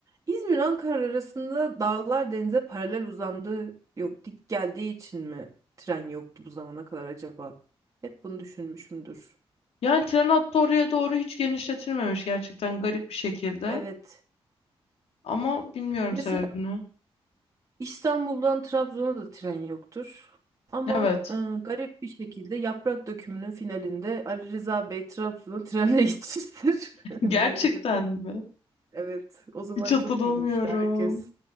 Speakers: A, on the right (about 35°); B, on the left (about 80°).
A: İzmir-Ankara arasında dağlar denize paralel uzandığı yok dik geldiği için mi tren yoktu bu zamana kadar acaba? Hep bunu düşünmüşümdür.
B: Yani tren hattı oraya doğru hiç genişletilmemiş gerçekten garip bir şekilde.
A: Evet.
B: Ama bilmiyorum
A: Mesela
B: sebebini.
A: İstanbul'dan Trabzon'a da tren yoktur. Ama
B: Evet.
A: e, garip bir şekilde Yaprak Dökümü'nün finalinde Ali Rıza Bey Trabzon'a trenle gitmiştir. <laughs> Böyle
B: Gerçekten
A: de bir
B: mi?
A: evet o zaman
B: Hiç hatırlamıyorum.
A: çok gülmüştü herkes.